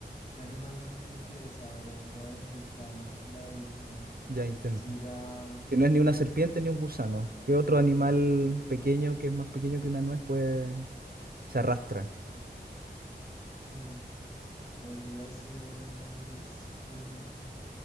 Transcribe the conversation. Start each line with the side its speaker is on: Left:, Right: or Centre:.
Left: ¿qué animal no tiene pies? A ver, voy a intentar la, la última.
Right: Ya intenta.
Left: Será...
Right: Que no es ni una serpiente ni un gusano. ¿Qué otro animal pequeño que es más pequeño que una nuez puede, se arrastra?
Left: mm, Podría ser un, es- un